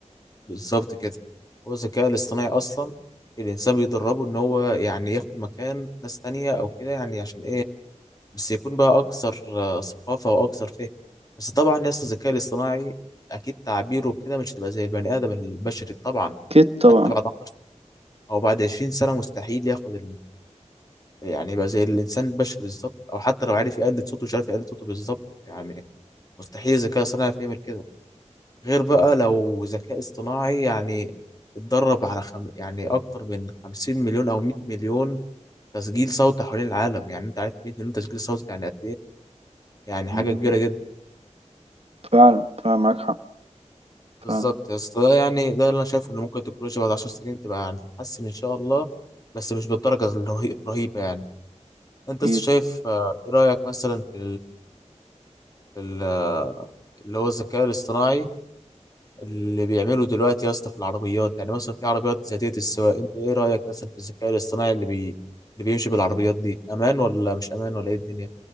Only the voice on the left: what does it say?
بالظبط كده هو الذكاء الاصطناعي اصلا الانسان بيدربه ان هو يعني ياخد مكان ناس تانية او كده يعني عشان ايه بس يكون بقى اكثر آه، ثقافه واكثر فهم بس طبعا يا اسطى الذكاء الاصطناعي اكيد تعبيره كده مش هتبقى زي البني ادم البشري طبعا
حتى بعد 10 او بعد 20 سنه مستحيل ياخد يعني يبقى زي الانسان البشري بالظبط او حتى لو عارف يقلد صوته مش عارف يقلد صوته بالظبط يعني مستحيل الذكاء الصناعي يعرف يعمل كده غير بقى لو ذكاء اصطناعي يعني اتدرب على خم... يعني اكتر من 50 مليون او 100 مليون تسجيل صوت حوالين العالم يعني انت عارف 100 مليون تسجيل صوت يعني قد ايه يعني
حاجه كبيره جدا
بالظبط
يا اسطى ده يعني ده اللي انا شايفه ان ممكن التكنولوجيا بعد 10 سنين تبقى يعني تتحسن ان شاء الله بس مش بالدرجه الرهي- الرهيبه يعني انت
لسه شايف آه، ايه رايك مثلا في ال- اللي هو الذكاء الاصطناعي اللي بيعمله دلوقتي يا اسطى في العربيات يعني مثلا في عربيات ذاتية السواقة انت ايه رأيك مثلا في الذكاء الاصطناعي اللي بي... اللي بيمشي بالعربيات دي امان ولا مش امان ولا ايه الدنيا